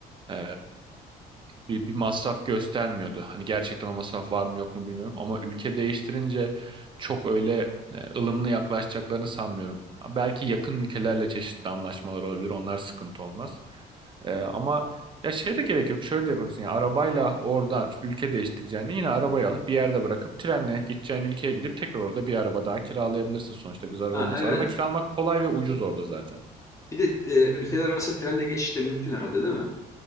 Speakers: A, on the right; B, on the left.
A: e, bir, bir masraf göstermiyordu. Hani gerçekten o masraf var mı yok mu bilmiyorum. Ama ülke değiştirince çok öyle e, ılımlı yaklaşacaklarını sanmıyorum. Belki yakın ülkelerle çeşitli anlaşmalar olabilir. Onlar sıkıntı olmaz. E, ama ya şey de gerek yok. Şöyle de yapabilirsin. ya arabayla oradan ülke değiştireceğini yine arabayı alıp bir yerde bırakıp trenle gideceğin ülkeye gidip tekrar orada bir araba daha kiralayabilirsin sonuçta bir zarar
B: Ha,
A: olmaz.
B: evet.
A: Araba kiralamak kolay ve ucuz orada zaten.
B: Bir de e, ülkeler arası trenle geçiş de mümkün herhalde değil mi?